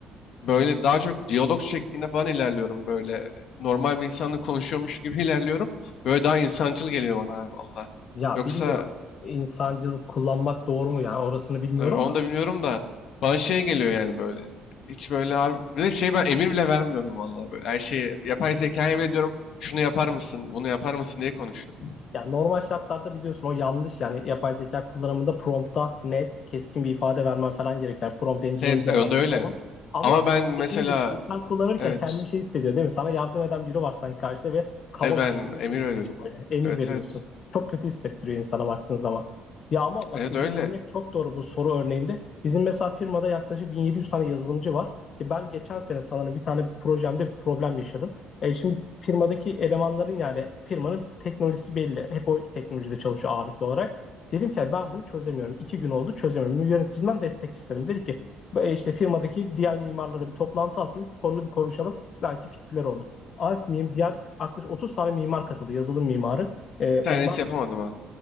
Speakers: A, on the left; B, on the left.
A: böyle daha çok diyalog şeklinde falan ilerliyorum böyle. Normal bir insanla konuşuyormuş gibi <laughs> ilerliyorum. Böyle daha insancıl geliyor bana abi valla.
B: Ya
A: Yoksa
B: bilmiyorum. İnsancılık kullanmak doğru mu yani orasını bilmiyorum
A: e, onu
B: da.
A: da bilmiyorum da bana şey geliyor yani böyle. Hiç böyle abi. Bir de şey ben emir bile vermiyorum valla böyle. Her şeyi yapay zekaya bile diyorum şunu yapar mısın, bunu yapar mısın diye konuşuyorum.
B: Ya normal şartlarda biliyorsun o yanlış yani yapay zeka kullanımında prompta net keskin bir ifade vermen falan gerekiyor. Yani prompt engineering'e
A: Evet, e,
B: baktığı
A: onda öyle.
B: zaman. Ama
A: Ama ben mesela
B: dediğin gibi insan kullanırken
A: evet,
B: kendi şey hissediyor değil mi? Sana yardım eden biri var sanki karşıda ve kaba
A: e ben
B: bir şekilde şey
A: emir
B: yapıyorsun
A: veriyorum abi.
B: böyle emir
A: Evet
B: veriyorsun.
A: evet.
B: Çok kötü hissettiriyor insana baktığın zaman. Ya ama bak
A: Evet
B: dediğin
A: öyle.
B: örnek çok doğru bu soru örneğinde. Bizim mesela firmada yaklaşık 1700 tane yazılımcı var. Ki ben geçen sene sanırım bir tane projemde bir problem yaşadım. E şimdi firmadaki elemanların yani firmanın teknolojisi belli. Hep o teknolojide çalışıyor ağırlıklı olarak. Dedim ki ben bunu çözemiyorum. İki gün oldu çözemiyorum. Yöneticimden destek istedim. Dedi ki "E, işte firmadaki diğer mimarlara bir toplantı atayım. Konunu bir konuşalım. Belki fikirleri olur. Alp miyim? Diğer yaklaşık 30 tane mimar katıldı. Yazılım mimarı. E,
A: Bir tanesi
B: onlar
A: yapamadım ha.